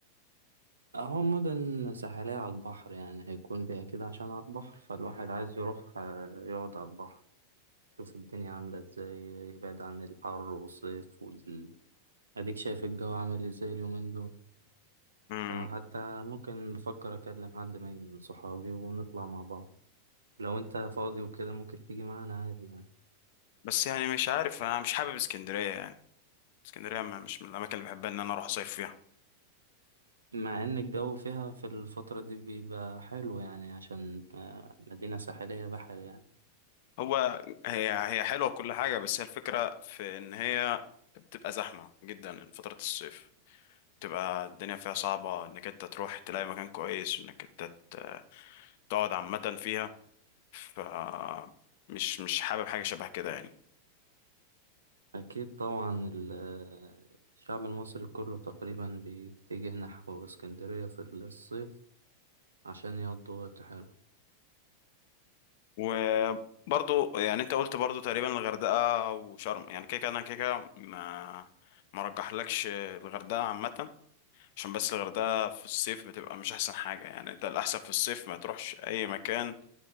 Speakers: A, on the right; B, on the left.
A: اهو مدن ساحلية على البحر يعني هيكون ليه كده عشان على البحر فالواحد عايز يروح آه، يقعد على البحر يشوف الدنيا عاملة ازاي يبعد عن الحر والصيف وال... اديك شايف الجو عامل ازاي اليومين دول
B: امم
A: فحتى ممكن بفكر أكلم حد من صحابي ونطلع مع بعض لو أنت فاضي وكده ممكن تيجي معانا عادي يعني
B: بس يعني مش عارف انا مش حابب اسكندرية يعني اسكندرية ما- مش من الاماكن اللي بحبها ان انا اروح اصيف فيها
A: مع إن الجو فيها في الفترة دي بيبقى حلو يعني عشان آه، مدينة ساحلية بحر يعني
B: هو هي هي حلوة وكل حاجة بس هي الفكرة في إن هي بتبقى زحمة جدا فترة الصيف بتبقى الدنيا فيها صعبة إنك أنت تروح تلاقي مكان كويس وإنك أنت ت- تقعد عامة فيها ف مش مش حابب حاجة شبه كده يعني
A: أكيد طبعا ال- آه، الشعب المصري كله تقريبا بيتجه نحو اسكندرية في الصيف عشان يقضوا وقت حلو
B: وبرضو يعني أنت قلت برضو تقريبا الغردقة وشرم يعني كده كده أنا كده كده ما ما رجحلكش الغردقة عامة عشان بس الغردقة في الصيف بتبقى مش أحسن حاجة يعني أنت الأحسن في الصيف ما تروحش أي مكان